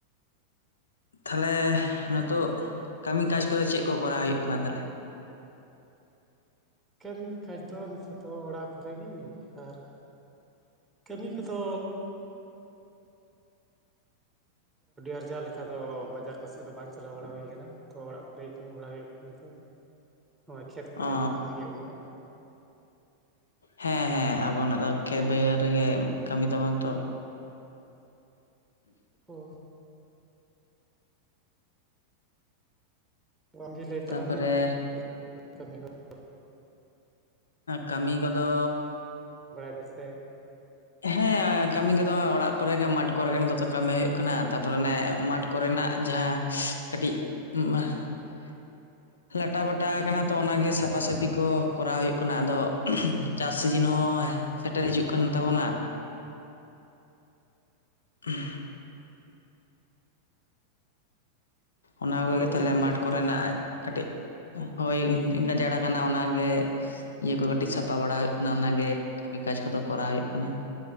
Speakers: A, on the left; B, in the centre.
A: ᱛᱟᱦᱞᱮ ᱱᱤᱛᱚᱜ ᱠᱟᱹᱢᱤ ᱠᱟᱡᱽ ᱠᱚᱫᱚ ᱪᱮᱫ ᱠᱚ ᱠᱚᱨᱟᱣ ᱦᱩᱭᱩᱜ ᱠᱟᱱᱟ ᱛᱟᱦᱚᱞᱮ?
B: ᱠᱟᱹᱢᱤ ᱠᱟᱡᱽ ᱫᱚ ᱱᱤᱛᱚᱜ ᱫᱚ ᱚᱲᱟᱜ ᱠᱚᱨᱮ ᱜᱮ ᱟᱨ ᱠᱟᱹᱢᱤ ᱠᱚᱫᱚ ᱟᱨᱡᱟᱣ ᱞᱮᱠᱟ ᱫᱚ ᱵᱟᱡᱟᱨ ᱠᱚᱥᱮᱫ ᱫᱚ ᱵᱟᱝ ᱪᱟᱞᱟᱣ ᱵᱟᱲᱟ ᱦᱩᱭ ᱠᱟᱱᱟ ᱛᱚ ᱚᱲᱟᱜ ᱠᱚᱨᱮ ᱜᱮ ᱠᱟᱹᱢᱤ ᱵᱟᱲᱟ ᱦᱩᱭᱩᱜ ᱠᱟᱱᱟ᱾ <inaudible>
A: <inaudible>
B: ᱦᱳᱭ ᱠᱷᱮᱛ ᱠᱚᱨᱮ
A: ᱚ
B: ᱜᱮ ᱠᱟᱹᱢᱤ ᱦᱩᱭᱩᱜ ᱠᱟᱱᱟ᱾
A: ᱦᱮᱸ ᱦᱮᱸ ᱟᱵᱚᱱᱟᱜ ᱫᱚ ᱠᱷᱮᱛ ᱵᱟᱹᱭᱦᱟᱹᱲ ᱨᱮᱜᱮ ᱠᱟᱹᱢᱤ ᱛᱟᱵᱚᱱ ᱛᱚ᱾
B: ᱦᱳ ᱟ ᱟᱢᱜᱮ ᱞᱟᱹᱭ ᱛᱟᱞᱟᱝ
A: ᱛᱟᱯᱚᱨᱮ
B: ᱢᱮ ᱪᱮᱫ ᱠᱟᱹᱢᱤ <inaudible>
A: ᱠᱟᱹᱢᱤ ᱠᱚᱫᱚ
B: ᱯᱮᱥᱮ
A: ᱦᱮᱸ ᱠᱟᱹᱢᱤ ᱠᱚᱫᱚ ᱚᱲᱟᱜ ᱠᱚᱨᱮ ᱜᱮ ᱢᱟᱴᱷ ᱠᱚᱨᱮᱜ ᱱᱤᱛᱚ ᱠᱟᱹᱢᱤ ᱦᱩᱭᱩᱜ ᱠᱟᱱᱟ ᱛᱟᱯᱚᱨᱮ ᱚᱱᱮ ᱢᱟᱴᱷ ᱠᱚᱨᱮ ᱨᱮᱱᱟᱜ ᱡᱟᱦᱟᱸ ᱠᱟᱹᱴᱤᱡ <unintelligible> ᱞᱟᱴᱟ ᱵᱟᱴᱟ ᱟᱠᱟᱱᱟ ᱛᱚ ᱚᱱᱟᱜᱮ ᱥᱟᱯᱷᱟ ᱥᱟᱹᱯᱷᱤ ᱠᱚ ᱠᱚᱨᱟᱣ ᱦᱩᱭᱩᱜ ᱠᱟᱱᱟ ᱟᱫᱚ ᱪᱟᱥ ᱥᱤᱡᱤᱱ ᱦᱚᱸ ᱥᱮᱴᱮᱨ ᱦᱤᱡᱩᱜ ᱠᱟᱱ ᱛᱟᱵᱚᱱᱟ᱾ ᱦᱮᱸ ᱚᱱᱟ ᱠᱚᱜᱮ
B: ᱦᱳᱭ
A: ᱛᱟᱦᱚᱞᱮ
B: ᱮᱱᱛᱮ
A: ᱢᱟᱴᱷ
B: ᱱᱤᱛᱚᱜ
A: ᱠᱚᱨᱮᱱᱟᱜ
B: ᱢᱟ
A: ᱠᱟᱹᱴᱤᱡ ᱦᱳᱭ ᱜᱟᱡᱟᱲ ᱠᱟᱱᱟ ᱚᱱᱟᱜᱮ ᱤᱭᱟᱹ ᱠᱚ ᱠᱟᱹᱴᱤᱡ ᱥᱟᱯᱷᱟ ᱵᱟᱲᱟ ᱦᱩᱭᱩᱜ ᱠᱟᱱᱟ᱾ ᱚᱱᱟᱜᱮ ᱠᱟᱹᱢᱤ ᱠᱟᱡᱽ ᱠᱚᱫᱚ ᱠᱚᱨᱟᱣ ᱦᱩᱭᱩᱜ ᱠᱟᱱᱟ᱾